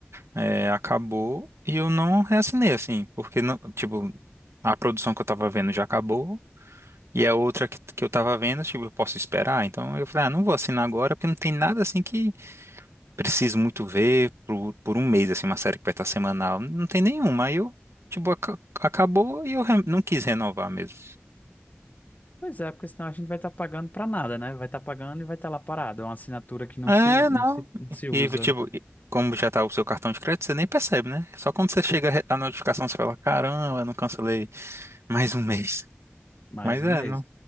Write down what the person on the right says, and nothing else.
é, acabou e eu não reassinei, assim, porque, não, tipo, a produção que eu tava vendo já acabou e a outra que, que eu tava vendo, tipo, eu posso esperar. Então eu falei, ah, não vou assinar agora porque não tem nada, assim, que preciso muito ver por, por um mês, assim, uma série que vai estar semanal. Não tem nenhuma. Aí eu, tipo, aca- acabou e eu re- não quis renovar mesmo.
É,
não.
E,
tipo, e como já tá o seu cartão de crédito, você nem percebe, né? Só quando você chega a re- a notificação, você fala, caramba, eu não cancelei mais um mês.
Mas
é,
não.